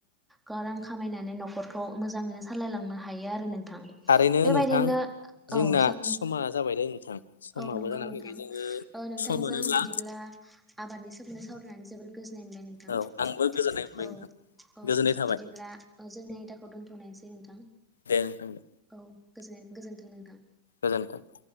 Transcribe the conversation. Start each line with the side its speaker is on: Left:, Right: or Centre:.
Centre: गाव रां खामायनानै न'खरखौ मोजाङैनो सालायलांनो हायो आरो नोंथां।
Left: थारैनो
Centre: बेबायदिनो
Left: नोंथां जोंना
Centre: औ जों
Left: समा जाबाय दे नोंथां। समाबो
Centre: औ नंगौ
Left: जाना
Centre: नोंथां
Left: फैबाय जोङो
Centre: ओ नोंथांजों
Left: सम मोनोब्ला
Centre: बिदिब्ला आबादनि सोमोन्दै सावरायनानै जोबोर गोजोननाय मोनबाय नोंथां
Left: औ आंबो गोजोननाय मोनबाय
Centre: औ
Left: नोंथां।
Centre: औ
Left: गोजोननाय थाबाय
Centre: बिदिब्ला जोंनि आयदाखौ दोन्थ'नायसै नोंथां।
Left: दे नोंथां दे।
Centre: औ गोजोन्नाय गोजोन्थों नोंथां।
Left: गोजोन्थों।